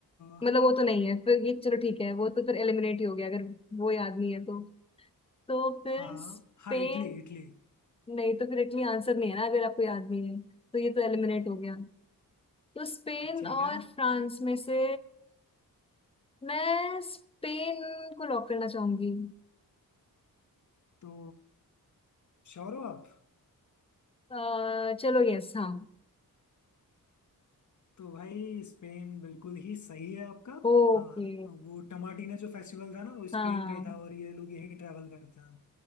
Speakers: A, on the left; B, on the left.
A: अ,
B: मतलब वो तो नहीं है फिर ये चलो ठीक है वो तो फिर एलिमिनेट ही हो गया अगर वो याद नहीं है तो तो फिर
A: हाँ
B: स्पेन
A: हाँ इटली इटली
B: नहीं तो फिर इटली आंसर नहीं है ना अगर आपको याद नहीं है तो ये तो एलिमिनेट हो गया तो स्पेन
A: ठीक
B: और
A: है
B: फ्रांस में से मैं स्पेन को लॉक करना चाहूंगी
A: तो श्योर हो आप
B: अ, चलो यस हाँ
A: तो भाई स्पेन बिल्कुल ही सही है आपका
B: ओके
A: हाँ तो वो टमाटीना जो फेस्टिवल था ना वो
B: हाँ
A: स्पेन का ही था और ये लोग यही ट्रैवल करते हैं